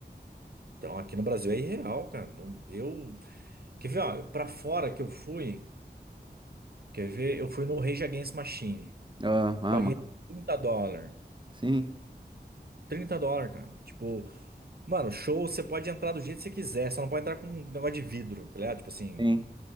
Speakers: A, on the right; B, on the right.
A: Então aqui no Brasil é irreal, cara. Não- eu. Quer ver, ó, pra fora que eu fui. Quer ver? Eu fui no Rage Against Machine.
B: Ah, ah,
A: Paguei
B: mas-
A: 30 dólares.
B: sim,
A: trinta dólares, cara. Tipo, mano, show você pode entrar do jeito que você quiser, só não pode entrar com um negócio de vidro, tá ligado? Tipo assim.
B: sim.